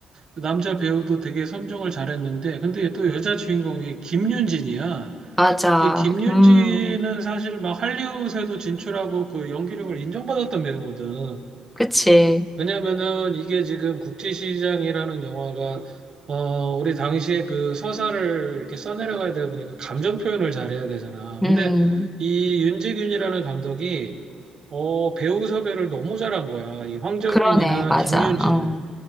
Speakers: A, on the right; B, in the centre.
A: 남자 배우도 되게 선정을 잘했는데, 근데 또 여자 주인공이 김윤진이야.
B: 맞아.
A: 그 김윤진은
B: 음,
A: 사실 막 할리우드에도 진출하고 그 연기력을 인정받았던 배우거든.
B: 그치.
A: 왜냐면은 이게 지금 국제시장이라는 영화가 어 우리 당시에 그 서사를 이렇게 써내려가야 되다 보니까 감정 표현을 잘해야 되잖아.
B: 음,
A: 근데 이 윤지균이라는 감독이 어 배우 섭외를 너무 잘한 거야. 이 황정민이나
B: 그러네. 맞아.
A: 김윤진을.
B: 어.